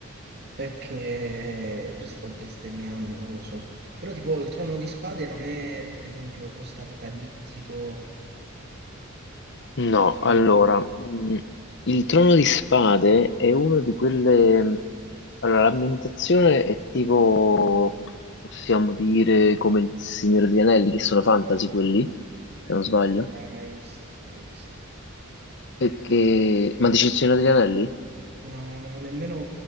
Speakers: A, on the right; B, on the left.
A: perché forse sto bestemmiando, non lo so. Però tipo il Trono di Spade non è per esempio post-apocalittico.
B: No,
A: No,
B: allora, mh, il Trono di Spade è uno di quelle... Allora, l'ambientazione è tipo, possiamo dire, come il Signore degli Anelli, che sono fantasy quelli, se non sbaglio.
A: non l'hai mai visto, mai visto.
B: Perché... Ma dici il Signore degli Anelli?
A: No, no, nemmeno,